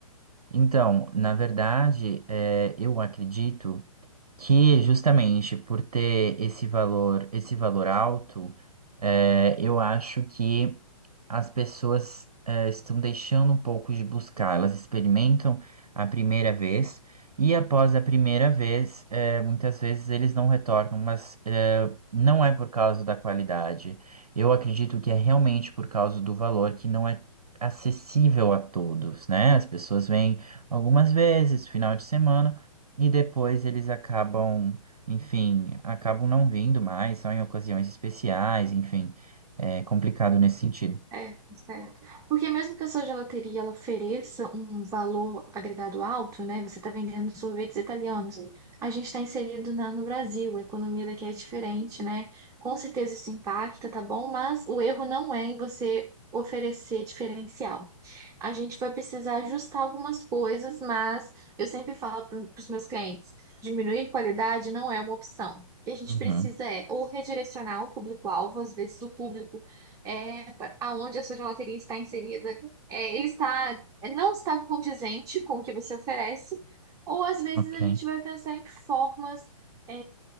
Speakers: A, on the right; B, on the right.
A: Então, na verdade, é, eu acredito que justamente por ter esse valor, esse valor alto, é, eu acho que as pessoas eh, estão deixando um pouco de buscar. Elas experimentam a primeira vez e após a primeira vez, eh, muitas vezes eles não retornam, mas eh, não é por causa da qualidade. Eu acredito que é realmente por causa do valor que não é acessível a todos, né? As pessoas vêm algumas vezes, final de semana, e depois eles acabam, enfim, acabam não vindo mais, só em ocasiões especiais, enfim, é complicado nesse sentido.
B: É, certo. Porque mesmo que a sua gelateria ela ofereça um valor agregado alto, né? Você está vendendo sorvetes italianos. Sim. A gente está inserido na- no Brasil, a economia daqui é diferente, né? Com certeza isso impacta, tá bom? Mas o erro não é em você oferecer diferencial. A gente vai precisar ajustar algumas coisas, mas eu sempre falo para os meus clientes, diminuir qualidade não é uma opção. O que a gente
A: Uhum,
B: precisa é ou redirecionar o público-alvo, às vezes o público é, pra- aonde a sua gelateria está inserida, é, ele está, é, não está condizente com o que você oferece, ou às vezes
A: ok,
B: a gente vai pensar em formas, é,